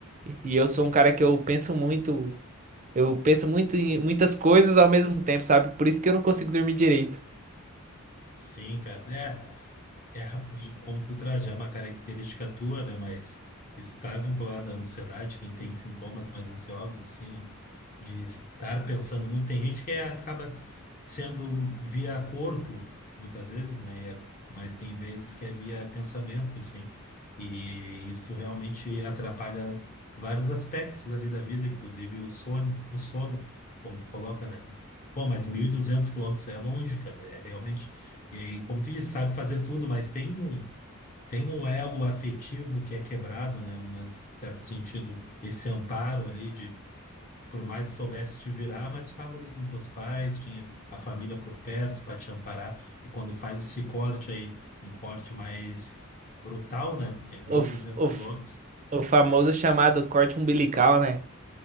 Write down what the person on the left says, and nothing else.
Sim, cara. É. É, de como tu traz, já é uma característica tua, né? Mas isso está vinculado à ansiedade, quem tem sintomas mais ansiosos, assim, né? De estar pensando muito. Tem gente que é- acaba sendo via corpo, muitas vezes, né? e a- Mas tem vezes que é via pensamento, assim. E isso realmente atrapalha vários aspectos ali da vida, inclusive o sono, o sono, como tu coloca, né? Pô, mas 1.200 quilômetros é longe, cara. É realmente e aí, como tu disse, sabe fazer tudo, mas tem um, tem um elo afetivo que é quebrado, né? Um certo sentido, esse amparo ali de, por mais que soubesse te virar, mas tu estava ali com teus pais, tinha a família por perto para te amparar. E quando faz esse corte aí, um corte mais brutal, né? Porque é mil
e
duzentos
quilômetros.